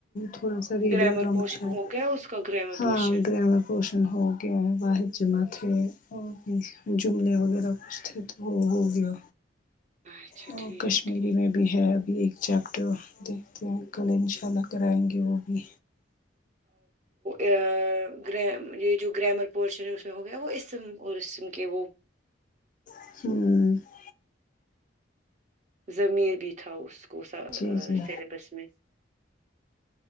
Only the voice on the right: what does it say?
گرامر
پورشن
ہو
گیا اس کا گرامر
پورشن
اچھا
ٹھیک
ٹھیک
یہ جو گرامر پورشن ہے ہو گیا وہ اسم اور اسم کے وہ
ضمیر بھی تھاؤ اس کو سا
سیلبس میں